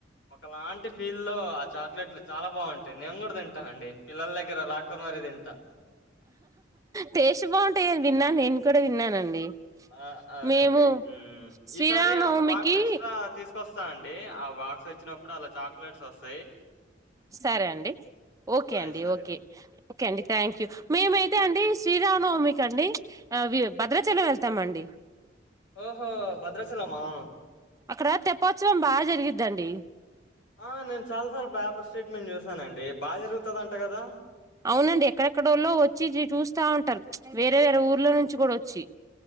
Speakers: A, on the left; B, on the right.
A: ఒకలాంటి ఫీల్లో ఆ చాక్లెట్లు చాలా బంటాయి నేను కూడా తింటా అండి పిల్లల దగ్గర లాక్ కున్ మరి తింటా
B: టేస్ట్ బంటాయి అన్ విన్నాను నేను కూడా విన్నానండి
A: ఆ అరండి
B: మేము శ్రీరామనవమికి
A: ఈసారి ఒక బాక్స్ ఎక్స్ట్రా తీసుకొస్తా అండి అవ్ బాక్స్ వచ్చినప్పుడు అలా చాక్లెట్స్ వసై
B: సరే అండి ఓకే అండి
A: ఈసారి.
B: ఓకే ఓకే అండి థ్యాంక్ యూ మీ మై అదే అండి శ్రీరామఅవమికి అండి ఆవి భద్రాచలం వెళ్తామండి
A: ఓహో భద్రాచలమా
B: అక్కడ తెప్పోత్సవం బాగా జరిగిద్ధండి
A: ఆ నేను చాలాసార్లు బేపర్ స్ట్రేట్మెట్ చూసానండి బాగా జరుగుతది అంట కదా
B: అవునండి ఎక్కడెక్కడళ్ళో వచ్చి చూస్తా ఉంటారు వేరే వేరే ఊర్ల నుంచి కూడా వచ్చి